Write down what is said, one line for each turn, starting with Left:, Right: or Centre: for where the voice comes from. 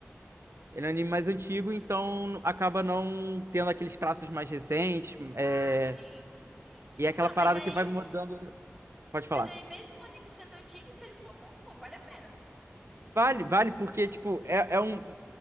Right: Ele é um anime mais antigo, então acaba não tendo aqueles traços mais recentes. é,
Centre: Ah, sim, sim.
Right: E é aquela
Centre: Ah,
Right: parada
Centre: mas aí,
Right: que vai mudando. Pode falar.
Centre: mas aí mesmo o anime sendo antigo, se ele for bom, pô, vale a pena.
Right: Vale, vale, porque, tipo, é, é um-